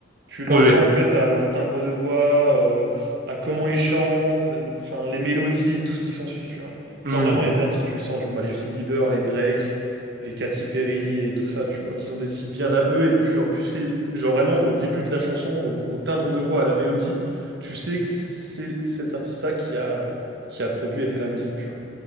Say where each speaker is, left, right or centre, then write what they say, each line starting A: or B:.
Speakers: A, on the right; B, on the right.
A: Tu l'entends
B: Oui, oui.
A: en fait à leur timbre de voix, euh, à comment ils chantent, euh, enfin les mélodies et tout ce qui s'ensuit, tu vois.
B: Hmm.
A: Genre vraiment, il y a des artistes, tu le sens, genre bah, les Justin Bieber, les Drake, les Katy Perry et tout ça, tu vois, qu'ils ont des styles bien à eux et tu, genre, tu sais, genre vraiment au début de la chanson, au, au timbre de voix, à la mélodie, tu sais que c'est cet artiste-là qui a, euh, qui a produit et fait la musique, tu vois.